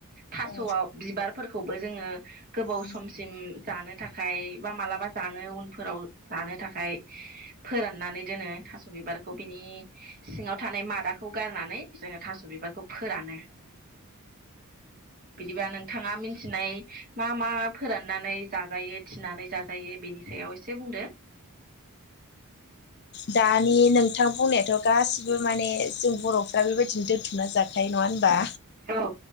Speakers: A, on the right; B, on the left.
A: थास'वाव
B: औ
A: बिबारफोरखौबो जोङो गोबाव
B: औ
A: समसिम जानो थाखाय बा मालाबा जानो उनफोराव जानो थाखाय फोराननानै दोनो थास' बिबारखौ बिनि सिङाव थानाय मादाखौ गारनानै जोङो थास' बिबारखौ फोरानो बिदिबा नोंथाङा मिथिनाय मा मा फोराननानै जाजायो थिनानै जाजायो बेनि सायाव एसे बुंदो
B: दानि नोंथां बुंनायाथ' गासिबो माने जों बर'फ्रा बेबायदिनो दोन्थुमना जाखायो नङा होनबा
A: औ